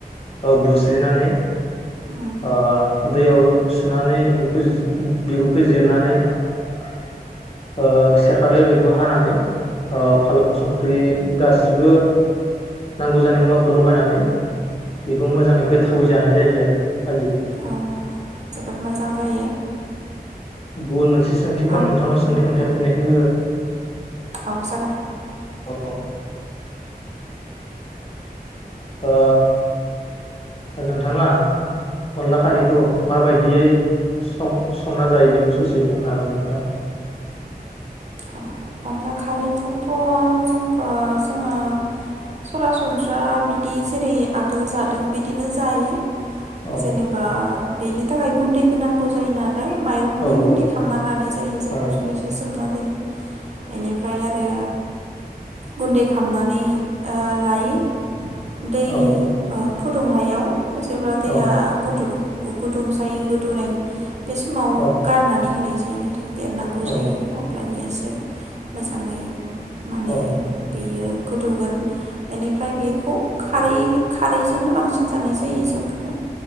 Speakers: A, on the left; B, on the right.
A: औ बुस्रिनानै
B: उम
A: अ दैयाव सुनानै बेखौ बिगुरखौ जिरनानै ओ सेखादो बेखौ हानानै ओ फानलौ संख्रि गासिबो नांगौ जानाय मुवाखौ लगायनानै बेखौ मोजाङै गोथावै जानाय जायो आरो खाजि
B: औ जोबोद मोजां जायो
A: गुबुन मोनसे सोंथिखौ
B: आं
A: नोंथांनाव सोंनि ओमफ्राय
B: औ
A: फिननायखौ हो
B: औ जागोन
A: औ ओ नोंथाङा अनला खारैखौ माबायदियै सं संना जायो बेखौ ससे बुंनो हागोनना नोंथां?
B: औ अनला खारैखौथ' जोंथ' जोङो सरासनस्रा बिदि जेरै आगोल जादों बिदिनो जायो
A: औ
B: जेनेबा बेनि थाखाय गुन्दैखौ नांगौ जायोना लाय माइरंनि
A: औ
B: गुन्दै
A: औ
B: खालामना लानाय जायो जायखौ
A: औ
B: जों एसे सोमना दोनो बेनिफ्राय आरो गुन्दै खालामनानै ओ लायो दै
A: औ औ
B: ओ फुदुंनायाव जेब्ला
A: औ
B: दैया गुदु गुदुं जायो गोदौनाय बे समाव
A: औ
B: गारनानै होनाय जायो एरनांगौ
A: औ
B: जायो अब्लानियासो मोजाङै माने
A: औ औ
B: बेयो गोदौगोन बेनिफ्राय बेखौ खारै खारैजोंनो बांसिन जानाय जायो जों फोर